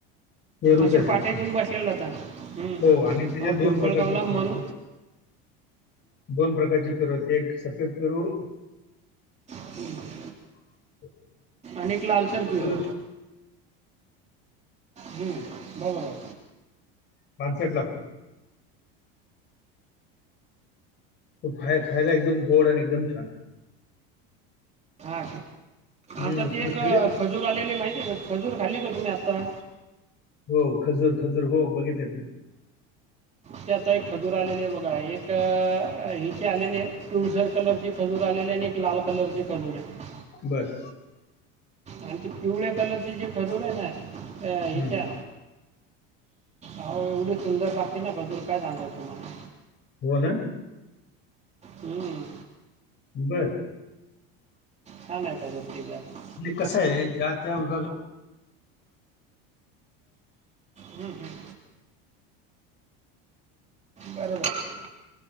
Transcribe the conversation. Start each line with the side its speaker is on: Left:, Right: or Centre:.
Left: पेरूच
Right: असे
Left: आहे
Right: पाटे
Left: फक्त
Right: घेऊन बसलेले होता
Left: हो आणि त्याचे दोन
Right: पिंपळगावला
Left: प्रकारचे पेरू
Right: मन.
Left: होते. दोन प्रकारची पेरू आहेत एक सफेद पेरू.
Right: हम्
Left: <unintelligible>
Right: अनेक लालसर पेरू
Left: तो
Right: हम. बरोबर.
Left: पांचट लागतात. तो बाहेर खायला एकदम गोड आणि एकदम छान
Right: हां.
Left: हं,
Right: आता ती
Left: तुम्ही
Right: एक
Left: खाल्ले?
Right: खजूर आलेली माहिती आहे का? खजूर खाल्ली का तुम्ही आत्ता?
Left: हो. खजूर खजूर. हो बघितलेत ना.
Right: त्यात एक खजूर आलेले बघा, एक हिचे आलेले तुळसर कलर ची खजूर आलेली, आणि लाल कलरची खजूर हाय.
Left: बर.
Right: आणि ते पिवळ्या कलरची जे खजूर आहे ना. अ हेच्या.
Left: हं.
Right: आहो एवढी सुंदर लागते ना खजूर, काय सांगायच तुम्हाला.
Left: ओला.
Right: हम्म.
Left: बर.
Right: छान हाय कलर तेवढाच.
Left: आणि कसं आहे, ज्या त्या विभागा
Right: हम् हम्म. बरोबर.